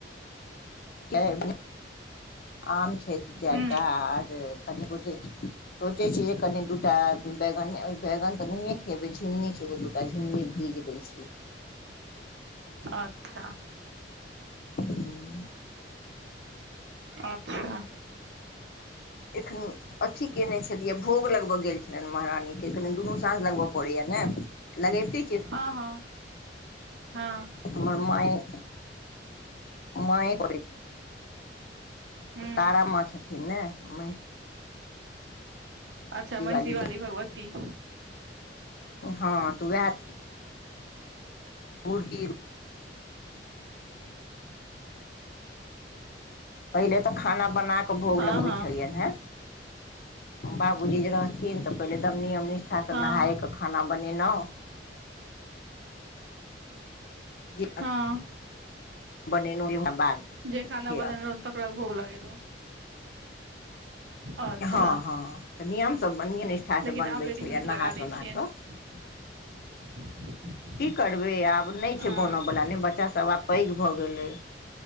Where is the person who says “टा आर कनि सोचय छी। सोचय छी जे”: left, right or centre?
Left